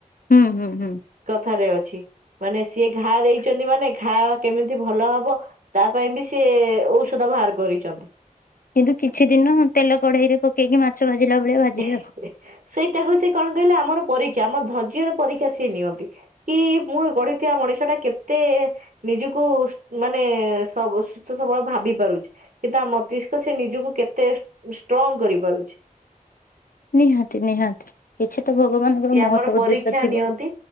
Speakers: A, on the left (about 80°); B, on the right (about 65°).
A: ହୁଁ ହୁଁ ହୁଁ
B: କଥାରେ ଅଛି। ମାନେ ସିଏ ଘାଆ ଦେଇଚନ୍ତି ମାନେ ଘାଆ କେମିତି ଭଲ ହବ ତା ପାଇଁ ବି ସିଏ ଔଷ ଧ ବାହାର କରିଚନ୍ତି।
A: କିନ୍ତୁ କିଛି ଦିନ ତେଲ କଢେଇ ରେ ପକେଇକି ମାଛ ଭାଜିଲା ଭଳିଆ ଭାଜିବେ
B: ହେ
A: ଆଉ
B: ସେଇଟା ହଉଛି କଣ କହିଲେ ଆମର ପରୀକ୍ଷା ଆମ ଧୈର୍ଯ୍ୟର ପରୀକ୍ଷା ସିଏ ନିଅନ୍ତି କି ମୁଁ ଗଢିଥିବା ମଣିଷ ଟା କେତେ ନିଜୁକୁ କୁ ମାନେ ସବୁ ସୁସ୍ଥ ସବଳ ଭାବି ପାରୁ ଛି କି ତା ମସ୍ତିଷ୍କ ସେ ନିଜୁକୁ କେତେ ଉଁ ଷ୍ଟ୍ରଙ୍ଗ କରି ପାରୁଛି।
A: ନିହାତି ନିହାତି। କିଛି ତ ଭଗବାନଙ୍କର
B: ସିଏ
A: ମହତ୍ଵ
B: ଆମର ପରୀକ୍ଷା
A: ଉଦ୍ଦେଶ୍ୟ ଥିବ।
B: ନିଅନ୍ତି।